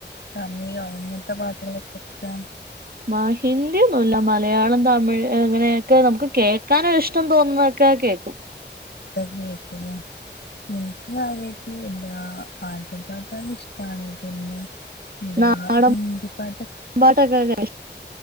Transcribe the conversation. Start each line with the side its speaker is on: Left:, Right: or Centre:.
Left: തമിയോ എങ്ങനത്തെ പാട്ടുകള കേക്കാ
Right: മാ ഹിന്ദിയൊന്നൊല്ല മലയാളം തമിഴ് അങ്ങനെയൊക്കെ നമുക്ക് കേക്കാനൊരിഷ്ടം തോന്നുന്നതൊക്കെ കേ കേക്കും
Left: തൊക്കെ കേക്കും ലേ ഉം ഇഞ്ഞി ആരേക്കും ഇല്ലാ ആൽബപ്പാട്ട് ഇഷ്ടാണ്‌ പിന്നെ ന്താ
Right: നാടൻ
Left: ഹിന്ദി പാട്ടൊ
Right: പാട്ടൊക്കെ